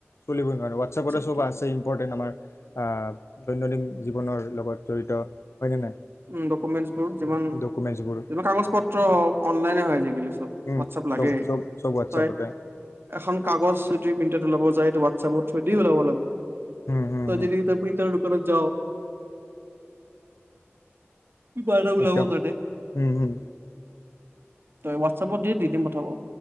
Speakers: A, on the left; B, on the right.
A: চলিবই নোৱাৰে ৱাটছআপতে
B: হোৱাটছএপটো
A: চব আছে ইম্পৰ্টেন্ট আমাৰ আ দৈনন্দিন জীৱনৰ লগত জড়িত হয়নে নাই
B: উ ডকুমেণ্টছবোৰ। মান
A: ডকুমেণ্টছবোৰ
B: যি <inaudible> কাগজ পত্ৰ অনলাইনে হয় আজিকালি চব
A: উম,
B: ৱাটছআপ লাগে,
A: চব চব চব হোৱাটছআপতে
B: হয়, এখন কাগজ দুই মিনিটত ৱযায় সেটো হোৱাটছআপৰ থ্ৰ দি ওলাব লা
A: হুম, হুম,
B: তইযদি
A: হুম,
B: <inaudible> প্ৰা যাও। কি পাৰ্থই বোলে
A: একদম
B: আকৌ কাটে?
A: হুম,
B: তই
A: হুম,
B: ৱাটছআপত দি দিম পঠাব।